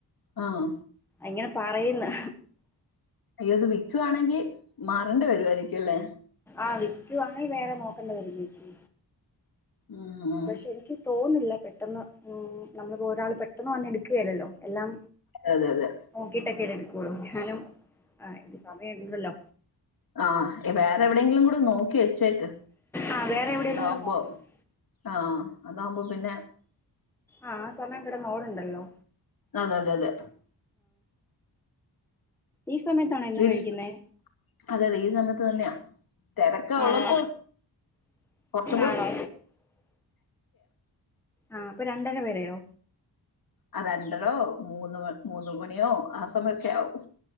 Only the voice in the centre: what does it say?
ഇങ്ങനെ പറയിന്ന്.
ആ വിക്കുവാണെങ്കിൽ വേറെ നോക്കേണ്ടി വരും ചേച്ചി.
പക്ഷെ എനിക്ക് തോന്ന് ല്ല പെട്ടോന്ന് ഉം നമ്മളിപ്പോ ഒരാള് പെട്ടോന്ന് വന്ന്‌ എടുക്കേല്ലല്ലോ. എല്ലാം
നോക്കിട്ടെക്കെ എ <unintelligible> ഞാനും ആ എനിക്ക് സമയം ഉണ്ടല്ലോ
ആ വേറെ എവിടെലും
കൂടെ നോക്കണം
ആ ആ സമയം കിടന്നോടണ്ടല്ലോ
ഈ സമയത്താണോ എന്നും
കഴിക്കുന്നേ
ആണോ
ആണോ
ആ അപ്പൊ രണ്ടര വരെയോ